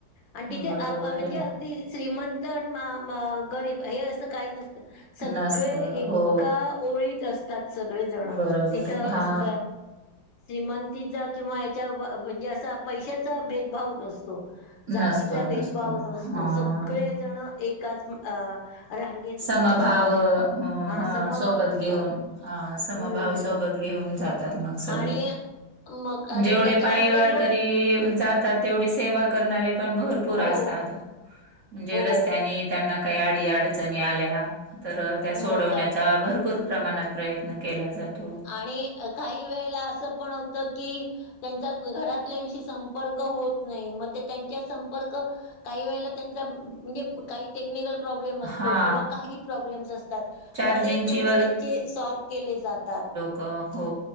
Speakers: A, on the left; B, on the right.
A: आणि तिथे
B: बरोबर
A: आप म्हणजे
B: आहे.
A: अगदी श्रीमंत तर म म गरीब हे असं काही नसतं, सगळे
B: नसतं
A: एका
B: हो
A: ओळीत असतात सगळेजण
B: बरोबर
A: तिथं
B: आहे हा
A: असं श्रीमंतीचा किंवा याच्या व <unintelligible> म्हणजे, असा पैशाचा भेदभाव नसतो. जातीचा
B: नसतो नसतो
A: भेदभाव नसतो
B: हा.
A: सगळेजणं एकाच अ रांगेत
B: समभाव
A: बसतात,
B: अ
A: हा समभाव
B: सोबत
A: असतो.
B: घेऊन हा समभाव
A: हम्म
B: सोबत घेऊन जातात, मग सगळे.
A: आणि मग आणि
B: जेवढे
A: त्याच्यामध्ये
B: पायी वारकरी
A: मग
B: जातात तेवढी सेवा करणारे पण भरपूर
A: हो
B: असतात. म्हणजे
A: हो
B: रस्त्यानी त्यांना काही अडी अडचणी आल्या तर त्या सोडवण्याचा
A: मग काय तर
B: भरपूर प्रमाणात प्रयत्न केला जातो.
A: आणि काही वेळेला असं पण होत की त्यांचा घरातल्याशी संपर्क होत नाही, मग ते त्यांच्या संपर्क काही वेळेला त्यांचा म्हणजे काही टेक्निकल प्रॉब्लेम
B: हा
A: असतो, किंवा काही प्रॉब्लेम्स असतात.
B: चार्जिंगची
A: मग ते तेवढे त्यांचे सॉल्व केले जातात.
B: का हो